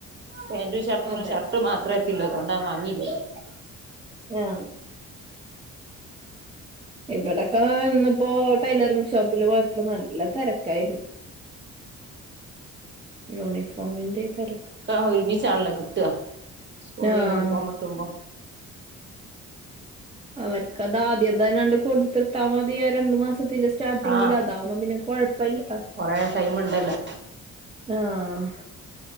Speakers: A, on the right; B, on the right.
A: പാന്റും ഷർട്ടും
B: അതെ
A: ഷർട്ട് മാത്രെ ക്കിള്ളെ തോണ്ടാ വാങ്ങീല്ലേനി
B: ആഹ് ഇവിടൊക്കാ ന്ന്പ്പോ ടൈലറിംഗ് ഷോപ്പില് പോയപ്പോ നല്ല തെരക്കായിതു യൂണിഫോമിന്റെ തെര
A: ക്കാ ഒരുമിച്ചാണല്ലോ കിട്ട സ്കൂള്ന്ന്
B: ആഹ്
A: യൂണിഫോമ്ട്ടുമ്പോ
B: അവര്ക്കതാദ്യം തന്നാണ്ട് കൊടുത്തിട്ടാ മതി ആ രണ്ട് മാസ് പുത്തിന്റെ സ്റ്റാർട്ടിങ്ങില
A: ആഹ്
B: താവുമ്പ പിന്നെ കൊഴപ്പല്ല
A: കൊറേ ടൈം ഉണ്ടല്ലോ
B: ആഹ്